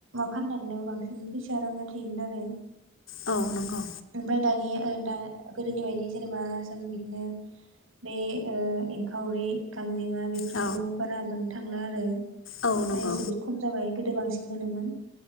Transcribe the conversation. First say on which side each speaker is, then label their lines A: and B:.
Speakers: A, on the right (about 75°); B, on the left (about 80°).
A: फाननानै बांसिन फैसा रां आरोखि आरो
B: औ नंगौ
A: ओमफ्राय दानिया दा गोदोनि बायदि जेनेबा जों बिदिनो बे एंखावरि गां गांजेमा बेफोरखौ
B: औ
A: बारा मोननो थांला आरो माने
B: औ नंगौ
A: जोबोर खम जाबाय। गोदो बांसिन मोनोमोन